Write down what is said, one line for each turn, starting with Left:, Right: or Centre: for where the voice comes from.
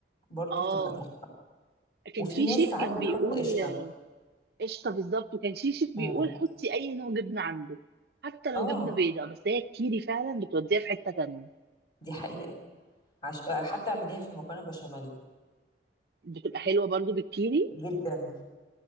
Left: برضو
Right: اه
Left: بتبقى تحفه
Right: كان
Left: وفي
Right: في
Left: ناس
Right: شيف
Left: ساعات
Right: كان
Left: بتحط
Right: بيقول
Left: قشطه
Right: قشطه بالظبط وكان في شيف
Left: امم
Right: بيقول حطي اي نوع جبنه عندك حتى لو
Left: اه
Right: جبنه بيضاء بس هي الكيري فعلا بتوديها في حته تانية
Left: دي حقيقه عش... حتى اعمليها في المكرونه البشاميل
Right: بتبقى حلوه برضو بالكيري
Left: جدا